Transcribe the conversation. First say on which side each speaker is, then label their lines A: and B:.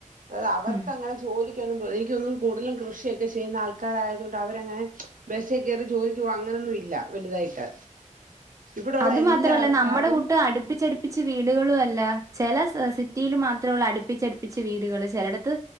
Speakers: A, on the right; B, on the right.
A: അതായത് അവർക്ക്
B: ഉം
A: അങ്ങനെ ജോലിക്ക് ഒന്നും പോയ് യ്ക്കൊന്നും കൂടുതലും കൃഷിയൊക്കെ ചെയ്യുന്ന ആൾക്കാരായതു കൊണ്ട് അവരങ്ങനെ ബെസ്സേ കേറി ജോലിക്ക് പോകവാ അങ്ങനൊന്നും ഇല്ല വലുതായിട്ട് ഇവിടെള്ള
B: അത്
A: എല്ലാ
B: മാത്രല്ല
A: ആൾക്കാരും
B: നമ്മുടെ കൂട്ട് അടുപ്പിച്ചടുപ്പിച്ച് വീടുകളും അല്ല ചില സ സിറ്റിയിൽ മാത്രെ ഉള്ളൂ അടു പ്പിച്ചടുപ്പിച്ച് വീടുകള് ചെലടത്ത്